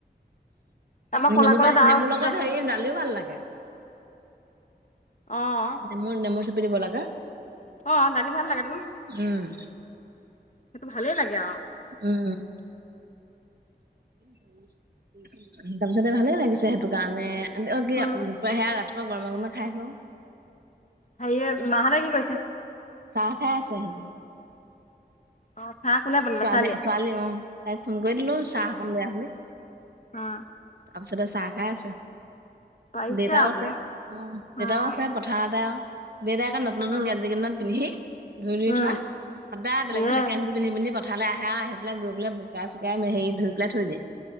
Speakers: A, on the left; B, on the right.
A: আমাৰ ক'লা
B: নেমু
A: ক'লা
B: পানী
A: ডাৱৰ
B: নেমুৰ
A: উঠিছে।
B: লগত হেৰি দালিও ভাল লাগে।
A: অ'
B: নেমুৰ - নেমুৰ চাপেৰি ব'লা গা
A: অ, দালি ভাল লাগে ত।
B: উম,
A: সেইটো ভালেই লাগে আৰু।
B: উম, তাৰ পিছতে ভালে লাগিছে সেইটো কাৰণে অ, কি
A: উম,
B: সেয়া ৰাতিপুৱা গৰমে - গৰমে খাই লো
A: হেয়ে মাহানে কি কৈছে।
B: চাহ খাই আছে সিহতে।
A: অ' চাহ কোনে বনালে
B: ছোৱালী
A: ছোৱালীয়ে?
B: - ছোৱালী অ, তাইক ফোন কৰি দিলো চাহ অক বেয়া বুলি।
A: আহ,
B: তাৰপিছতে চাহ খাই আছে
A: পাৰিছে
B: দেউতাও
A: আৰু
B: আছে
A: বোলো
B: অ,
A: অ'
B: দেউতাও আছে পথাৰতে আৰু দেউতাকে নতুন - নতুন
A: উম।
B: গেঞ্জীেইমান পিন্ধি ধুই - ধুই
A: উম,
B: থোৱা সদায় বেলেগ
A: ইয়ে
B: - বেলেগ গঞ পিন্ধি পথাৰলৈ আহে আৰু আহিেলাই গৈ পেলাই বুকাই চুোকাই হেৰি ধু পেলাই থৈ দিয়ে।